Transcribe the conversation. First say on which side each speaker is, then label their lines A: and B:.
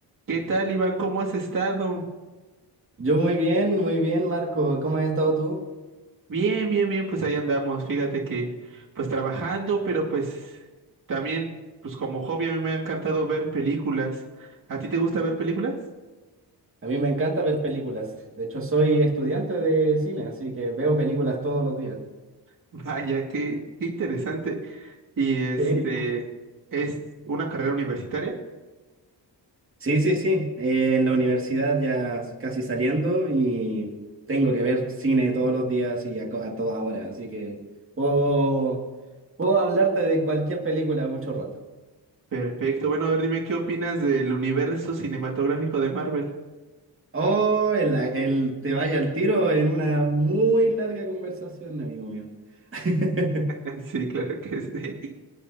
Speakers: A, on the right; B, on the right.
A: ¿Qué tal, Iván? ¿Cómo has estado?
B: Yo muy bien, muy bien, Marco. ¿Cómo has estado tú?
A: Bien, bien, bien, pues ahí andamos. Fíjate que pues trabajando, pero pues también pues como hobby a mí me ha encantado ver películas. ¿A ti te gusta ver películas?
B: A mí me encanta ver películas. De hecho, soy estudiante de cine, así que veo películas todos los días.
A: <laughs> Vaya, qué, qué interesante. Y este,
B: Sí,
A: ¿es una carrera universitaria?
B: sí, sí, sí. Eh, en la universidad ya casi saliendo y tengo que ver cine todos los días y a, co- a toda hora, así que puedo, puedo hablarte de cualquier película mucho rato.
A: Perfecto. Bueno, a ver, dime qué opinas del universo cinematográfico de Marvel.
B: Oh, el, el te vaya al tiro en una muy larga conversación, amigo mío. <laughs>
A: <laughs> Sí, claro que sí.